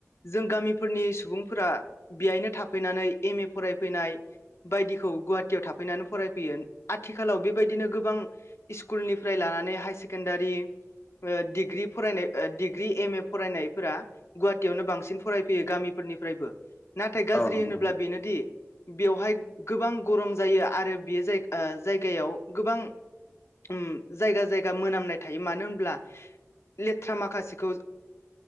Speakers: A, on the left; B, on the left.
A: जों गामिफोरनि सुबुंफोरा बेहायनो थाफैनानै एम ए फरायफैनाय बायदिखौ गुवाहाटियाव थाफैनानै फरायफैयो आथिखालाव बेबायदिनो गोबां स्कुलनिफ्राय लानानै हायार सेकेणडारि डिग्रि फरायनाय डिग्रि एम ए फरायनायफोरा गुवाहाटियावनो बांसिन फरायफैयो गामिफोरनिफ्रायबो नाथाय गाज्रि
B: औ नंगौ
A: होनोब्ला
B: नोंथां
A: बेनोदि बेवहाय गोबां गरम जायो आरो बेयो जाय जायगायाव गोबां उम जायगा जायगा मोनामनाय थायो मानो होनब्ला लेथ्रा माखासेखौ